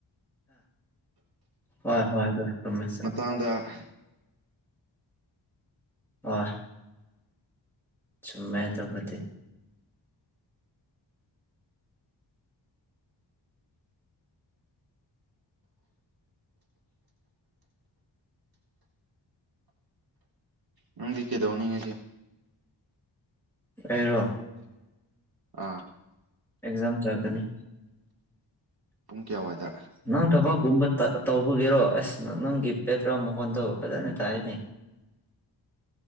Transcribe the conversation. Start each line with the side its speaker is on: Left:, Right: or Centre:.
Centre: ꯍꯣꯏ ꯍꯣꯏ ꯑꯗꯨ ꯆꯝꯃꯦ ꯆꯝꯃꯦ
Right: ꯇꯥꯡꯗ
Centre: ꯑꯣꯢ ꯆꯨꯝꯃꯦ ꯑꯗꯨꯕꯨꯗꯤ
Right: ꯅꯪꯗꯤ ꯀꯩꯗꯧꯅꯤ ꯉꯁꯤ
Centre: ꯑꯩꯔꯣ
Right: ꯑꯥ
Centre: ꯑꯦꯛꯖꯥꯝ ꯆꯥꯒꯅꯤ
Right: ꯄꯨꯡ ꯀꯌꯥꯋꯥꯏꯗ
Centre: ꯅꯪ ꯊꯕꯛꯀꯨꯝꯕ ꯇ ꯇꯧꯕꯒꯤꯔꯣ ꯑꯁ ꯅꯪꯒꯤ ꯕꯦꯛꯒ꯭ꯔꯥꯎꯟ ꯃꯈꯣꯟꯗꯣ ꯐꯖꯅ ꯇꯥꯏꯅꯦ
Right: <inaudible>